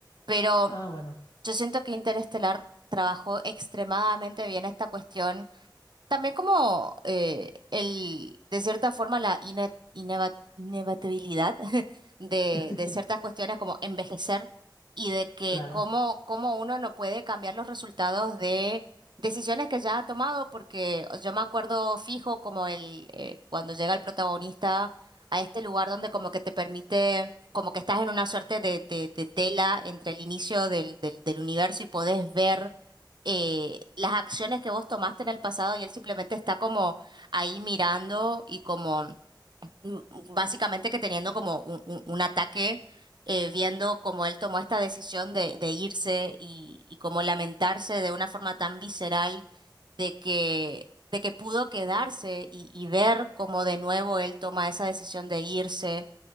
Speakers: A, on the right; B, on the left.
A: Pero
B: Ah, bueno,
A: yo siento que Interestelar trabajó extremadamente bien esta cuestión también como eh, el, de cierta forma, la ine- ineva- inevitabilidad <laughs> de,
B: <laughs>
A: de ciertas cuestiones como envejecer y de que
B: claro,
A: cómo, cómo uno no puede cambiar los resultados de decisiones que ya ha tomado, porque yo me acuerdo fijo como el eh, cuando llega el protagonista a este lugar donde como que te permite, como que estás en una suerte de, de, de tela entre el inicio del, del, del universo y podés ver eh, las acciones que vos tomaste en el pasado y él simplemente está como ahí mirando y como mm, básicamente que teniendo como un, un- un ataque, eh, viendo cómo él tomó esta decisión de, de irse y, y como lamentarse de una forma tan visceral de que, de que pudo quedarse y, y ver cómo de nuevo él toma esa decisión de irse